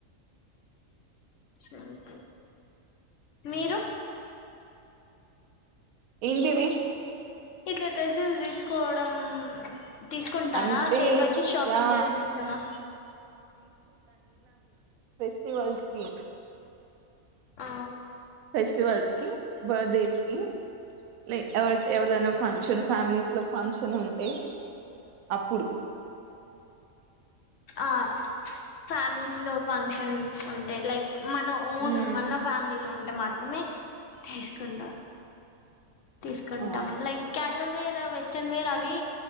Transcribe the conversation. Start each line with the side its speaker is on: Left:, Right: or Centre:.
Left: సంత మీరు
Right: ఏంటివి
Left: ఇట్లా డ్రెస్సెస్ తీసుకోవడం తీసుకుంటారా
Right: అంటే
Left: తేపకి షాపింగ్
Right: యా
Left: చేయడం ఇష్టమా
Right: ఫెస్టివల్కి
Left: ఆ
Right: ఫెస్టివల్స్ కి బర్డేస్ కి రీ ఏ ఎవ్వరిదన్న ఫంక్షన్ ఫ్యామిలీస్ లో ఫంక్షన్ ఉంటే అప్పుడు
Left: ఆ ఫ్యామిలీస్ లో ఫంక్షన్ అంటే లైక్ మన ఓన్
Right: ఉమ్
Left: మన ఫ్యామిలీలోంటె మాత్రమే తీసుకుంట తీసుకుంటాం
Right: అవును
Left: లైక్ క్యా జువేర్ వెస్టర్న్ వేర్ అవి